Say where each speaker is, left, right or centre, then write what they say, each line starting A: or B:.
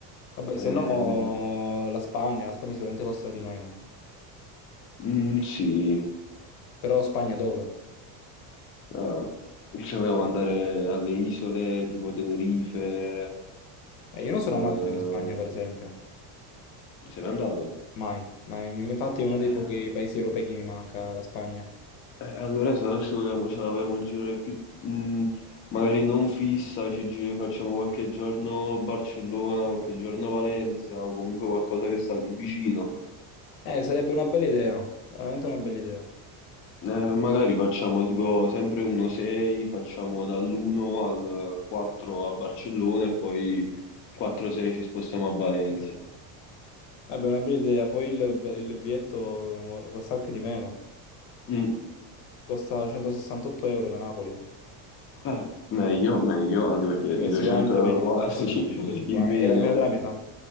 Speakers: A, on the left; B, on the left.
A: Vabbè,
B: Eh,
A: se no la Spagna, la Spagna sicuramente costerà di meno.
B: mm, sì,
A: Però Spagna dove?
B: Eh, ci volevamo andare alle isole tipo Tenerife.
A: Eh, io non sono
B: eh,
A: mai andato in Spagna, per esempio.
B: se n'è andato.
A: Mai. Ma mi- infatti è uno dei
B: Eh,
A: pochi paesi europei che mi manca, la Spagna.
B: eh, allora, se no ci vogliamo, ce la vogliamo girare più, mh, magari non fissa, ci giri- facciamo qualche giorno Barcellona, qualche giorno Valencia o comunque qualcosa che sta lì vicino.
A: Eh, sarebbe una bella idea, veramente una bella idea.
B: Eh, magari facciamo tipo sempre 1-6, facciamo dall'1 al 4 a Barcellona e poi 4-6 ci spostiamo a Valencia.
A: Vabbè, una bella idea. Poi il, il biglietto eh, costa anche di meno.
B: Mm.
A: Costa 168 euro da Napoli.
B: Eh, meglio, meglio, anche perché
A: È
B: 200
A: sicuramente
B: euro
A: meglio
B: quasi
A: rispetto al 350,
B: <laughs> in meno.
A: è la- meno della metà.